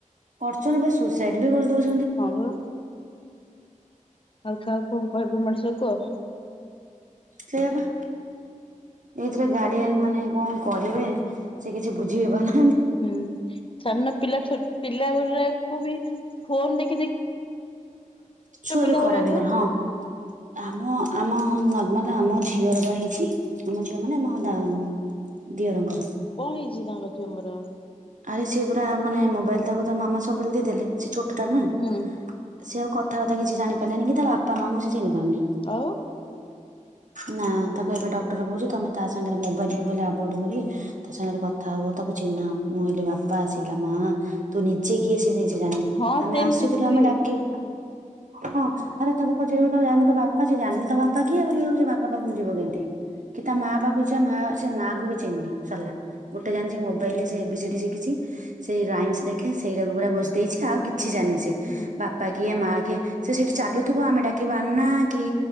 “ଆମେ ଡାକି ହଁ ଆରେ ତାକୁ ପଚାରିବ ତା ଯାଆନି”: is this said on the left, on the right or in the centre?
Right